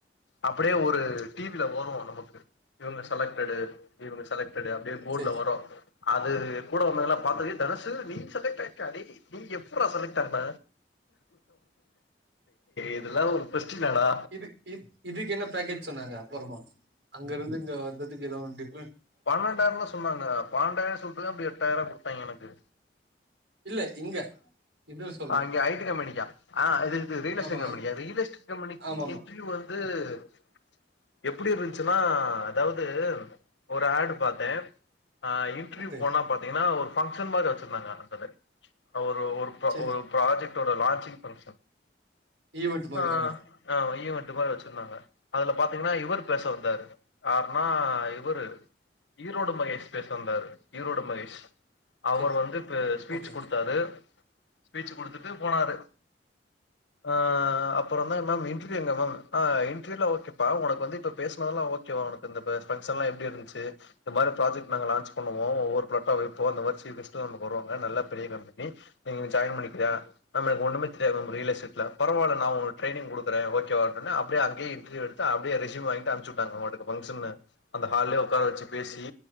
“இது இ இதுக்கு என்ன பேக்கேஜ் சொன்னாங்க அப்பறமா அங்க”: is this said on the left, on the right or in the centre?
Right